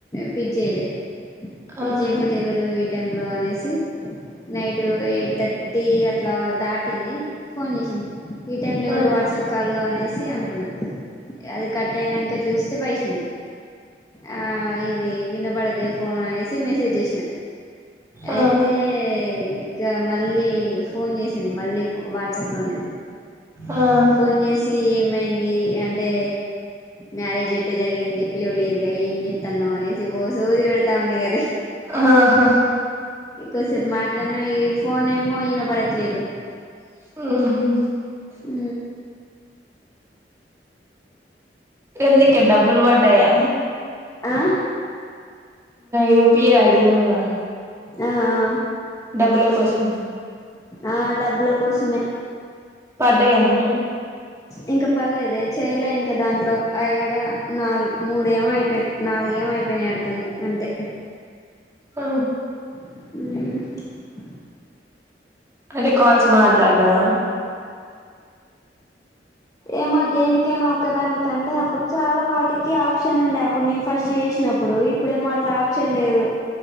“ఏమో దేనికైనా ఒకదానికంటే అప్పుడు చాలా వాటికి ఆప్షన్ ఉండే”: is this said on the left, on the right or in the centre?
Left